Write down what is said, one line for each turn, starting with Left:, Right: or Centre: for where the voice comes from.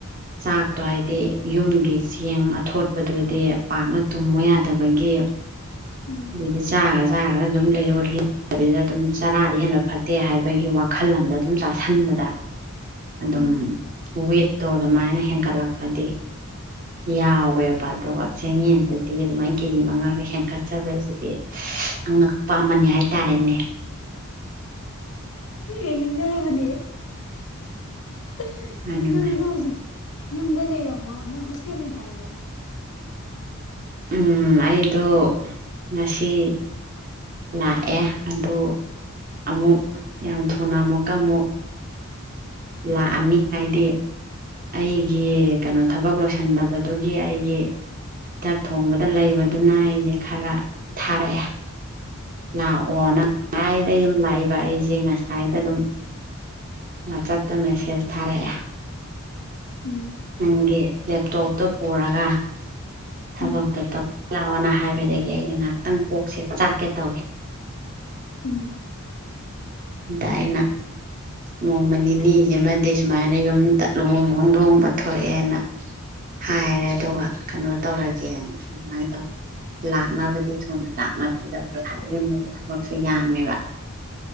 Right: ꯆꯥꯛꯇꯣ ꯍꯥꯏꯗꯤ ꯌꯨꯝꯒꯤ ꯆꯦꯡ ꯑꯊꯣꯠꯄꯗꯨꯗꯤ ꯄꯥꯛꯅ ꯇꯨꯝꯃꯨ ꯌꯥꯗꯕꯒꯤ
Left: ꯎꯝ
Right: ꯑꯗꯨꯗꯤ ꯆꯥ ꯈ꯭ꯔꯥ ꯆꯥꯈ꯭ꯔꯥ ꯑꯗꯨꯝ ꯂꯩꯔꯠꯂꯤ ꯑꯗꯨꯗꯗꯨꯝ ꯆꯥꯔꯗꯤ ꯍꯦꯟꯕ ꯐꯠꯇꯦ ꯍꯥꯏꯕꯒꯤ ꯋꯥꯈꯜ ꯑꯃꯗ ꯑꯗꯨꯝ ꯆꯥ ꯁꯟꯕꯗ ꯑꯗꯨꯝ
Left: ꯎꯝ
Right: ꯋꯦꯠꯇꯣ ꯑꯗꯨꯃꯥꯏꯅ ꯍꯦꯟꯀꯠꯂꯛꯄꯗꯤ ꯌꯥꯎꯋꯦꯕ ꯑꯗꯨꯒ ꯆꯦꯡꯌꯦꯟꯗꯗꯤ ꯑꯗꯨꯃꯥꯏꯅ ꯀꯦꯖꯤ ꯃꯉꯥꯒ ꯍꯦꯟꯀꯠ ꯆꯕꯩꯁꯤꯗꯤ ꯑꯉꯛꯄ ꯑꯃꯅꯤ ꯍꯥꯏꯇꯥꯔꯦꯅꯦ
Left: <unintelligible>
Right: ꯃꯥꯟꯅꯦ
Left: ꯑꯗꯨ ꯅꯪꯗꯣ
Right: ꯃꯥꯟꯅꯦ
Left: ꯍꯧꯖꯤꯛ ꯌꯨꯝꯗ ꯂꯩꯔꯕꯣ ꯅꯪ ꯍꯣꯁꯇꯦꯜ ꯂꯩꯗꯥꯏꯅꯦ
Right: ꯎꯝ ꯑꯩꯗꯣ ꯉꯁꯤ ꯂꯥꯛꯑꯦ ꯑꯗꯨ ꯑꯃꯨꯛ ꯌꯥꯝ ꯊꯨꯅ ꯑꯃꯨꯛꯀ ꯑꯃꯨꯛ ꯂꯥꯛꯑꯅꯤ ꯍꯥꯏꯗꯤ ꯑꯩꯒꯤ ꯀꯩꯅꯣ ꯊꯕꯛ ꯂꯣꯏꯁꯤꯟꯕꯗꯨꯒꯤ ꯑꯩꯒꯤ ꯆꯥꯛ ꯊꯣꯡꯕꯗ ꯂꯩꯕꯗꯨꯅ ꯑꯩꯁꯦ ꯈꯥꯔ ꯊꯥꯔꯛꯑꯦ ꯂꯥꯛꯑꯣꯅ ꯉꯁꯥꯏꯗꯩ ꯌꯨꯝ ꯂꯥꯛꯏꯕ ꯑꯩꯖꯦ ꯉꯁ ꯁꯥꯏꯗ ꯗꯨꯝ ꯋꯥꯆꯞꯇ ꯃꯦꯁꯦꯖ ꯊꯥꯔꯛꯑꯦ
Left: ꯎꯝ
Right: ꯅꯪꯒꯤ ꯂꯦꯞꯇꯣꯞꯇꯣ ꯄꯨꯔꯒ ꯊꯕꯛꯇꯣ
Left: ꯎꯝ
Right: ꯇꯧ ꯇꯞ ꯂꯥꯛꯑꯣꯅ ꯍꯥꯏꯕꯗꯒꯤ ꯑꯩꯗꯤ ꯉꯍꯥꯛꯇꯪ ꯀꯣꯛꯁꯦ ꯆꯥꯛ ꯀꯦ ꯇꯧꯏ
Left: ꯎꯝ
Right: ꯑꯥꯗ ꯑꯩꯅ ꯅꯣꯡꯃ ꯅꯤꯅꯤꯁꯤꯃꯗꯤ
Left: ꯑꯁ
Right: ꯁꯨꯃꯥꯏꯅ ꯌꯨꯝꯗ ꯂꯨꯍꯣꯡ ꯈꯣꯡ ꯗꯣꯡꯕ ꯊꯣꯛꯑꯦꯅ ꯍꯥꯏꯔꯦ ꯑꯗꯨꯒ ꯀꯩꯅꯣ ꯇꯧꯔꯒꯦꯅ ꯑꯗꯨꯃꯥꯏꯅ ꯇꯧꯏ ꯂꯥꯛꯅꯕꯗꯤ ꯊꯨꯅ ꯂꯥꯛꯅꯒꯗꯧꯒꯦ ꯍꯥꯏꯕ ꯌꯨꯝꯗꯁꯨ ꯊꯕꯛꯁꯨ ꯌꯥꯝꯃꯦꯕ <inaudible>